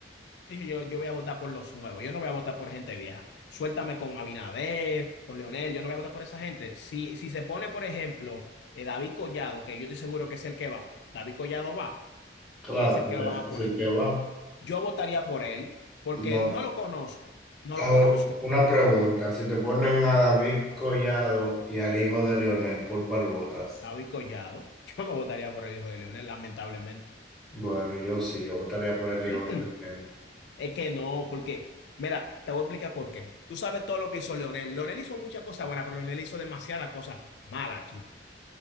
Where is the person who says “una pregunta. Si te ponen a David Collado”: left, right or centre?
Centre